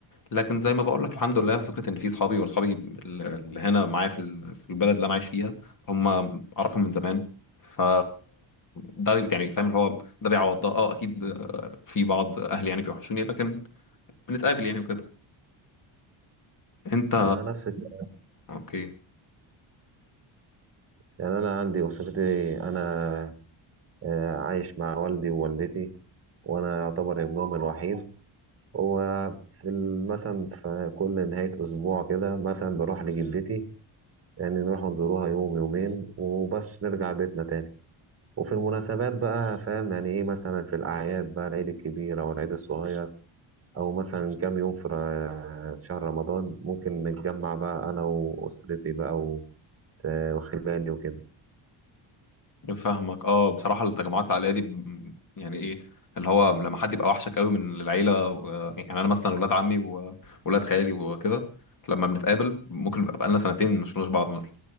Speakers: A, on the left; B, on the right.
A: لكن زي ما بقول لك الحمد لله فكره ان في اصحابي واصحابي اللي هنا معايا في ال- في البلد اللي انا عايش فيها هم اعرفهم من زمان ف ده يعني فاهم اللي هو ده بيعوض ده اه اكيد آه، في بعض اهلي يعني بيوحشوني لكن بنتقابل يعني وكده انت
B: آه نفس الكلام.
A: اوكي
B: يعني انا عندي اسرتي انا آه، عايش مع والدي ووالدتي وانا يعتبر ابنهم الوحيد وفي ال- مثلا في كل نهاية أسبوع كده مثلا بروح لجدتي يعني نروح نزوروها يوم يومين وبس نرجع بيتنا تاني وفي المناسبات بقى فاهم يعني ايه مثلا في الأعياد بقى العيد الكبير أو العيد الصغير أو مثلا كام يوم في ر- شهر رمضان ممكن نتجمع بقى أنا وأسرتي بقى و- س- وخلاني وكده
A: فاهمك اه بصراحه التجمعات العائليه دي ب- يعني ايه اللي هو لما حد يبقى وحشك قوي من العيله و... يعني انا مثلا ولاد عمي وولاد خالي وكده لما بنتقابل ممكن يبقى بقالنا سنتين مش شفناش بعض مثلا